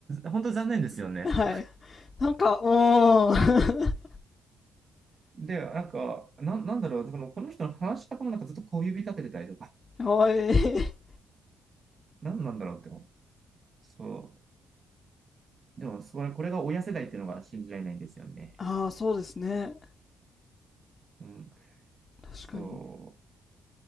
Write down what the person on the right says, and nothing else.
本当残念ですよね。
で、なんか、な、なんだろう、でもこの人の話し方もなんかずっと小指立ててたりとか、
<laughs> なんなんだろうって思う。そう。でも、それ、これが親世代っていうのが信じられないんですよね。
うん。
そう。っ